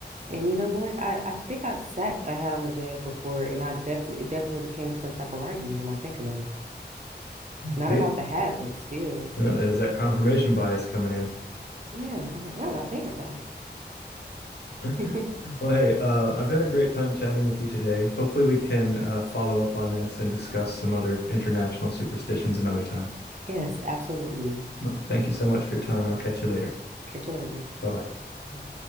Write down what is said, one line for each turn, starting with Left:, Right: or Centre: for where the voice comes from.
Right: And you know what? I, I think I've sat a hat on the bed before, and I definitely it definitely became some type of argument when I think about it. Not
Left: See,
Right: about the hat, but still.
Left: Yeah, There's that confirmation bias coming in.
Right: Yeah, and I'm like, now that I think about it.
Left: <laughs>
Right: <laughs>
Left: Well, hey, uh, I've had a great time chatting with you today. Hopefully, we can uh, follow up on this and discuss some other international superstitions another time.
Right: Yes, absolutely.
Left: Well, thank you so much for your time, and I'll catch you later.
Right: Catch you later.
Left: Bye bye.
Right: Bye.